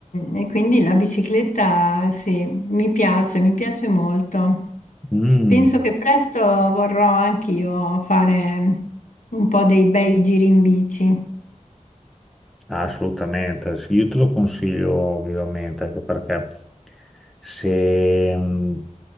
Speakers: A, on the left; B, in the centre.
A: e quindi la bicicletta sì, mi piace, mi piace molto.
B: Mm.
A: Penso che presto vorrò anch'io fare un po' dei bei giri in bici.
B: Assolutamente, sì, io te lo consiglio vivamente, anche perché se, mh,